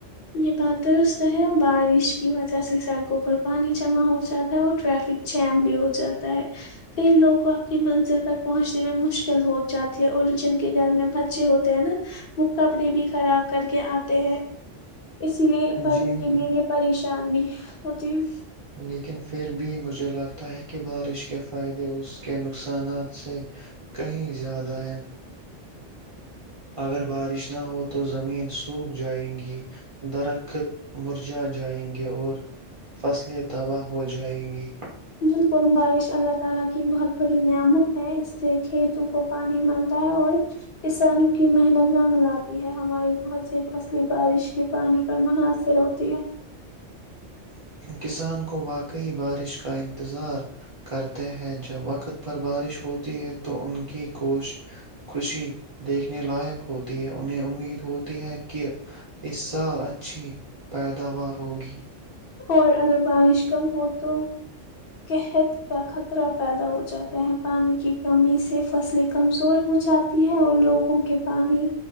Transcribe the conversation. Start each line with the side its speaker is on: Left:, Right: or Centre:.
Left: یہ بات درست ہے بارش کی وجہ سے سڑکوں پر پانی جمع ہو جاتا ہے اور ٹریفک جیم بھی ہو جاتا ہے کئی لوگ کو اپنی منزل تک پہنچنے میں مشکل ہو جاتی ہے اور جن کے گھر میں بچے ہوتے ہیں نا وہ کپڑے بھی خراب کر کے آتے ہیں اسی لیے بڑوں
Right: جی ہاں
Left: کے لیے یہ پریشان بھی ہوتے ہیں
Right: لیکن پھر بھی مجھے لگتا ہے کہ بارش کے فائدے اس کے نقصانات سے کہیں زیادہ ہے اگر بارش نہ ہو تو زمین سوکھ جائیں گی درخت مرجا جائیں گے اور فصلیں تباہ ہو جائیں گی
Left: بالکل بارش اللہ تعالی کی بہت بڑی نعمت ہے اس سے کھیتوں کو پانی ملتا ہے اور کسان کی محنت رنگ لاتی ہے ہماری بہت سی فصلیں بارش کے پانی پر منحصر ہوتی ہے
Right: کسان کو واقعی بارش کا انتظار کرتے ہیں جب وقت پر بارش ہوتی ہے تو ان کی کوش خوشی دیکھنے لائق ہوتی ہے انہیں امید ہوتی ہے کہ اس سال اچھی پیداوار ہوگی
Left: اور اگر بارش کم ہو تو قحت کا خطرہ پیدا ہو جاتا ہے پانی کی کمی سے فصلیں کمزور ہو جاتی ہے اور لوگوں کے پانی